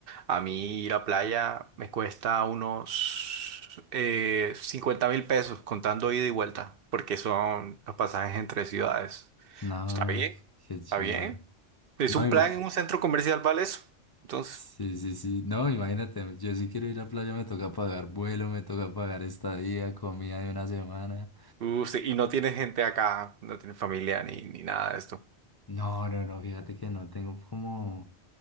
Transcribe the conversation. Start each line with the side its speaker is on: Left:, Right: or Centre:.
Right: A mí ir a playa me cuesta unos eh, 50 mil pesos contando ida y vuelta. Porque son los pasajes entre ciudades.
Left: No,
Right: Está bien,
Left: qué chimba.
Right: está bien. Es
Left: No,
Right: un
Left: y,
Right: plan en un centro comercial, ¿vale eso? Entonces,
Left: Sí, sí, sí. No, imagínate, yo sí quiero ir a playa, me toca pagar vuelo, me toca pagar estadía, comida de una semana.
Right: uh, sí, y no tienes gente acá, no tienes familia ni, ni nada de esto.
Left: No, no, no, fíjate que no, tengo como